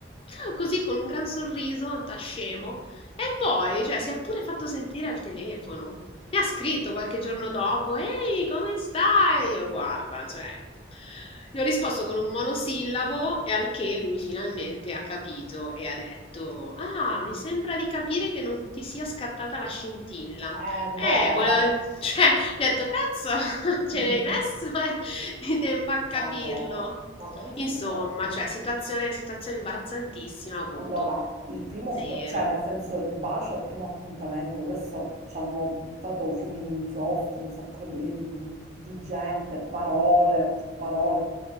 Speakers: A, on the left (about 30°); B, on the right (about 40°).
A: ma così con un gran sorriso da scemo e poi, cioè, si è pure fatto sentire al telefono. Mi ha scritto qualche giorno dopo: Ehi, come stai? Io guarda, cioè, gli ho risposto con un monosillabo e al che lui finalmente ha capito e ha detto: Ah, mi sembra di capire che non ti sia scattata la scintilla.
B: Eh no,
A: Eh, volevo,
B: eh.
A: <laughs> cioè, gli ho detto, cazzo,
B: <laughs>
A: <laughs> Ce l'hai messo eh, <laughs> di tempo a capirlo.
B: Vado. Ma come si
A: Insomma,
B: fa?
A: cioè, situazione, situazione imbarazzantissima, voto
B: Allora, il primo,
A: zero.
B: b- cioè nel senso il bacio al primo appuntamento, questo ci hanno buttato fiumi di inchiostro, un sacco di, di- di- di gente, parole, su parole.